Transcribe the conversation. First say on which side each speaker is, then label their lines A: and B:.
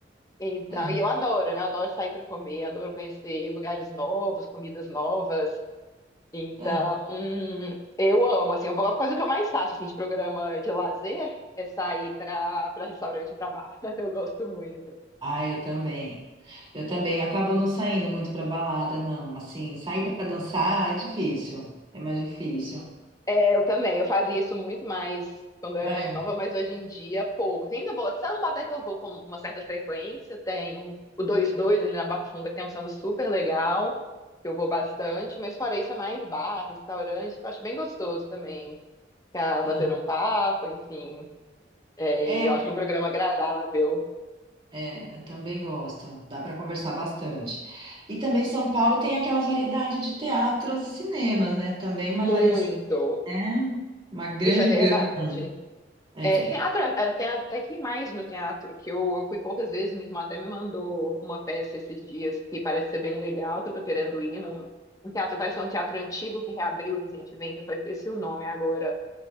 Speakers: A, on the left; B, on the right.
A: Então,
B: Ah.
A: e eu adoro, né, adoro sair para comer, adoro conhecer lugares novos, comidas novas, então,
B: Ah.
A: eu amo, assim, uma coisa que eu mais faço, assim, de programa de lazer é sair para para restaurante, para bar. <laughs> Eu gosto muito.
B: Ah, eu também. Eu também acabo não saindo muito pra balada, não. Assim, sair pra dançar é difícil. É mais difícil.
A: É, eu também, eu fazia isso muito mais quando eu era
B: É.
A: mais nova, mas hoje em dia pouco. Assim, Ainda vou, samba até que eu vou com uma certa frequência, tem o dois dois ali na Barra Funda, que tem um samba super legal, que eu vou bastante, mas fora isso é mais bar, restaurante, que eu acho bem gostoso também, ficar
B: Ah.
A: batendo um papo, enfim. É,
B: É, é, é,
A: Eu acho um programa agradável,
B: É, eu também gosto. Dá para conversar bastante. E também São Paulo tem aquela variedade de teatros e cinemas, né? Também
A: muito.
B: uma variação, né? Uma grande
A: Isso é verdade.
B: gama. É,
A: É, teatro, é, é, tem até que mais no teatro, que eu, eu fui poucas vezes, minha irmã até me mandou uma peça esses dias, que parece ser bem legal, que eu tô querendo ir num, um teatro, parece que é um teatro antigo que reabriu recentemente, eu só esqueci o nome agora,